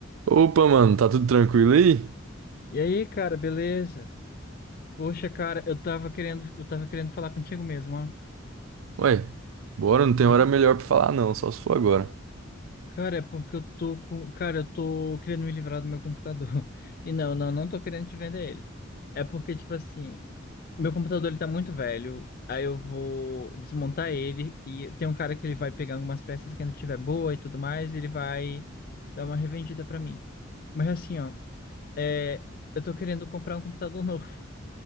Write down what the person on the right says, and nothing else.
Opa, mano, tá tudo tranquilo aí?
Ué, bora, não tem hora melhor pra falar não, só se for agora.